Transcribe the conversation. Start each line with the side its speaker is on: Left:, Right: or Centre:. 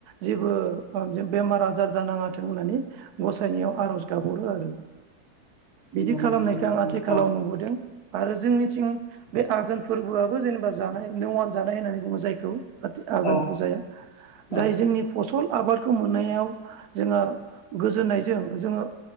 Right: जेबो‌ ओ बेमार आ जार जानाङाथों होननानै गसायनियाव आरज गाबहरो आरो बिदि
Left: नंगौ
Right: खालामनायखो
Left: नोंथां बेबायदिनो
Right: आं आथिखालाव
Left: औ
Right: नुबोदों आरो जोंनिथिं बे आघोन फोरबोआबो जेनेबा जानाय नौवान जानाय होननानै बुङो जायखौ काति आघोन
Left: औ
Right: फुजाया
Left: औ
Right: जाय जोंनि फसल आबादखौ मोननायाव जोङो गोजोननायजों जोङो